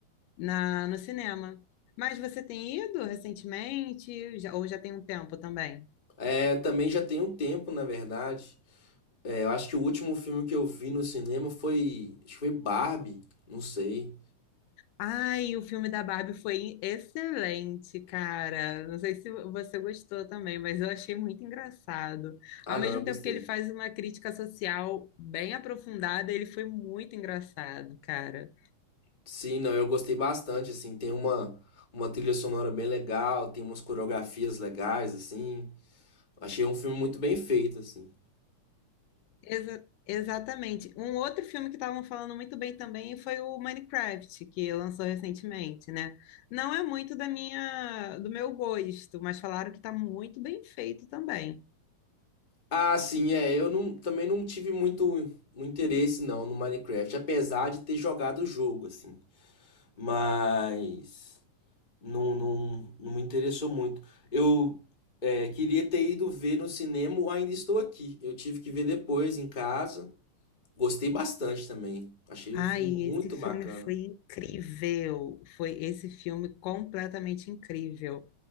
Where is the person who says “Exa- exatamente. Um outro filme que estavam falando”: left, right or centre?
Left